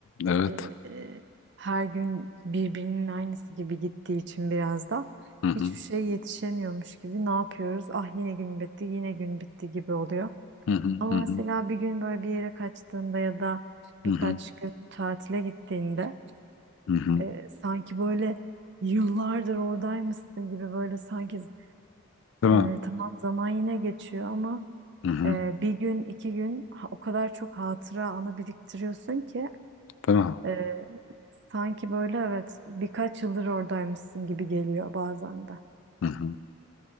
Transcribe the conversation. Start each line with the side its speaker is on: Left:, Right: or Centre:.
Left: Evet.
Right: e, e, her gün birbirinin aynısı gibi gittiği için biraz da
Left: Hı hı
Right: hiçbir şey yetişemiyormuş gibi ne yapıyoruz? Ah yine gün bitti, yine gün bitti gibi oluyor.
Left: hı hı
Right: Ama
Left: hı
Right: mesela
Left: hı
Right: bir gün böyle bir yere kaçtığında ya da birkaç
Left: hı hı.
Right: gün tatile gittiğinde
Left: Hı hı.
Right: e, sanki böyle Yıllardır oradaymışsın gibi böyle sanki
Left: Değil
Right: Ee,
Left: mi?
Right: tamam zaman yine geçiyor ama
Left: Hı hı.
Right: e, bir gün iki gün ha- o kadar çok hatıra anı biriktiriyorsun ki
Left: Değil mi?
Right: e, sanki böyle evet birkaç yıldır oradaymışsın gibi geliyor bazen de.
Left: Hı hı.